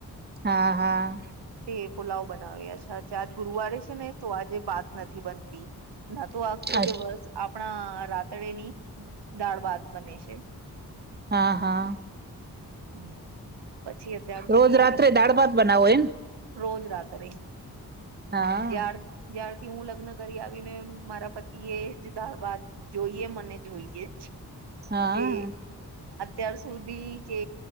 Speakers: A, on the right; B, on the right.
A: હા હા
B: તે પુલાવ બનાવે આજ ગુરુવારે છે ને તો આજે બાત નથી બનતી ના તો આખો
A: અચ
B: દિવસ આપણા રાતડેની દાળ બાત બને છે
A: હા હા
B: હમ પછી અત્યાર
A: રોજ
B: સુધી
A: રાત્રે
B: આવીયા
A: દાળ ભાત બનાવો એમ
B: રોજ રાત્રે
A: હા
B: જ્યાર જ્યારથી હું લગ્ન કરી આવીને મારા પતિ એ જે દાળ ભાત જોઈએ મને જોઈએ જ
A: હા
B: તે અત્યાર સુધી કે